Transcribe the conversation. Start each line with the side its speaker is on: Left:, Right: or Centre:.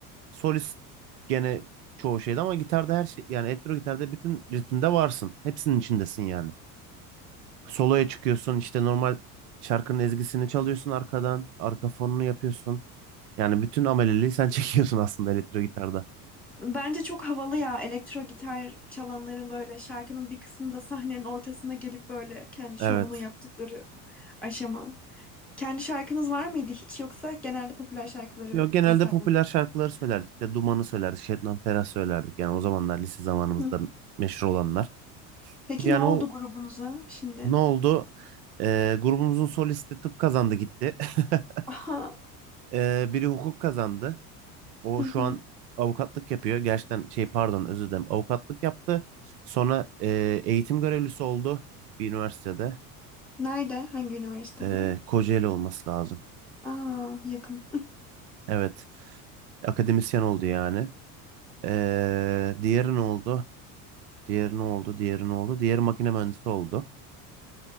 Right: Solist gene çoğu şeyde ama gitarda her şey yani elektro gitarda bütün ritimde varsın. Hepsinin içindesin yani. Soloya çıkıyorsun işte normal şarkının ezgisini çalıyorsun arkadan. Arka fonunu yapıyorsun. Yani bütün ameleliği sen <laughs> çekiyorsun aslında elektro gitarda.
Centre: Bence çok havalı ya elektro gitar çalanların böyle şarkının bir kısmında sahnenin ortasına gelip böyle kendi
Right: Evet.
Centre: şovunu yaptıkları aşama. Kendi şarkınız var mıydı hiç yoksa genelde popüler şarkıları
Right: Yok genelde
Centre: vesaire
Right: popüler
Centre: mi?
Right: şarkıları söylerdik. İşte Duman'ı söylerdik. Şebnem Ferah söylerdik. Yani o zamanlar lise zamanımızda
Centre: Hı hı.
Right: meşhur olanlar.
Centre: Peki
Right: Yani
Centre: ne oldu
Right: o
Centre: grubunuza şimdi?
Right: ne oldu? Ee, grubumuzun solisti tıp kazandı gitti. <laughs>
Centre: Aha.
Right: Ee, biri hukuk kazandı. O
Centre: Hı
Right: şu
Centre: hı.
Right: an avukatlık yapıyor. Gerçekten şey pardon özür dilerim. Avukatlık yaptı. Sonra e, eğitim görevlisi oldu bir üniversitede.
Centre: Nerede? Hangi üniversitede?
Right: E, Kocaeli olması lazım.
Centre: Aa, yakın.
Right: Evet. Akademisyen oldu yani. Ee, diğeri ne oldu? Diğeri ne oldu? Diğeri ne oldu? Diğeri makine mühendisi oldu.